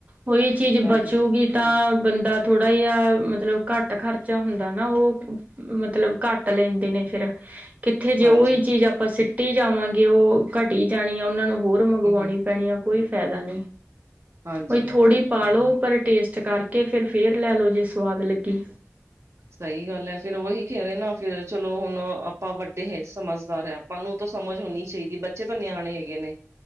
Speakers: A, on the right (about 30°); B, on the right (about 60°).
A: ਓਈ ਚੀਜ
B: ਹਾਂਜੀ,
A: ਬਚੂਗੀ ਤਾਂ, ਬੰਦਾ ਥੋੜਾ ਜੇਆ, ਮਤਲਬ ਘਾੱਟ ਖਰਚਾ ਹੁੰਦਾ ਨਾ ਓ। ਮਤਲਬ ਘਾੱਟ ਲੈਂਦੇ ਨੇ ਫੇਰ ਕਿੱਥੇ ਜੇ
B: ਹਾਂਜੀ
A: ਓਈ ਚੀਜ ਆਪਾਂ ਸਿੱਟੀ ਜਾਵਾਂਗੇ ਓ, ਘਟੀ ਜਾਣੀ ਆ ਓਨਾ ਨੂੰ ਹੋਰ ਮੰਗਵਾਓਣੀ
B: ਹੂੰ, ਹੂੰ,
A: ਪੈਣੀ ਆ ਕੋਈ ਫੈਦਾ ਨੀ,
B: ਹਾਂਜੀ।
A: ਓਈ ਥੋੜੀ ਪਾਲੋ਼ ਪਰ ਟੇਸਟ ਕਾਰਕੇ ਫੇਰ, ਫੇਰ ਲੈ ਲੋ ਜੇ ਸਵਾਦ ਲੱਗੀ।
B: ਸਹੀ ਗੱਲ ਐ, ਫੇਰ ਓਈ ਕੇ ਰੇ ਨਾ ਫਿਰ ਚਲੋ ਹੁਨ ਆਪਾਂ ਵੱਡੇ ਹੇ ਸਮਝਦਾਰ ਹੈ ਆ- ਆਪਾਂ ਨੂੰ ਤਾਂ ਸਮਝ ਹੋਨੀ ਚਈਦੀ ਬੱਚੇ ਤੋ ਨਿਆਣੇ ਹੇਗੇ ਨੇ,